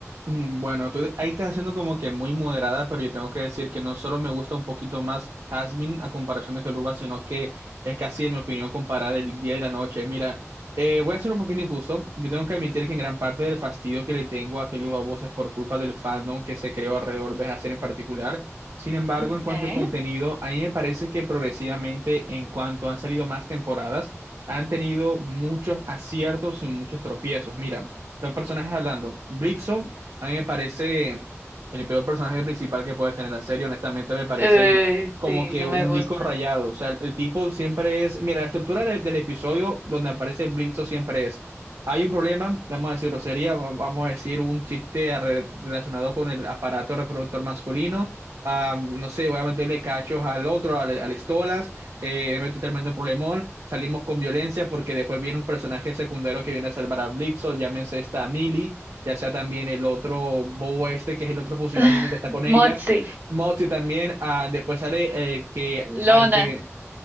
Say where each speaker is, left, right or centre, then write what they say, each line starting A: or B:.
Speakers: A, on the right; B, on the right.
A: Mm, Bueno, tú ahí estás haciendo como que muy moderada, pero yo tengo que decir que no solo me gusta un poquito más Jasmine a comparación de Geluba, sino que es casi, en mi opinión, comparar el día y la noche. Mira, eh, voy a ser un poquito injusto. Yo tengo que admitir que en gran parte del fastidio que le tengo a Geluba Voz es por culpa del fandom que se creó alrededor de Jasmine en particular. Sin embargo,
B: Okay.
A: en cuanto al contenido, a mí me parece que progresivamente, en cuanto han salido más temporadas, han tenido muchos aciertos y muchos tropiezos. Mira. Los personajes hablando. Blitzo a mí me parece el peor personaje principal que puede tener la serie, honestamente me parece
B: Eh,
A: como
B: sí,
A: que
B: no
A: un
B: me gusta.
A: disco rayado. O sea, el, el tipo siempre es, mira, la estructura de- del episodio donde aparece Blitzo siempre es, hay un problema, vamos a decirlo, sería, va- vamos a decir, un chiste arre- relacionado con el aparato reproductor masculino, Ah, no sé, voy a meterle cachos al otro, al, al Estolas, eh, meto un tremendo problemón. Salimos con violencia porque después viene un personaje secundario que viene a salvar a Blitzo, llámese esta Millie ya sea también el otro Bobo este, que es el otro pusilánime
B: <laughs>
A: que está con
B: Motsi,
A: ella, Moxie también, ah, después sale eh, que al
B: Lona,
A: que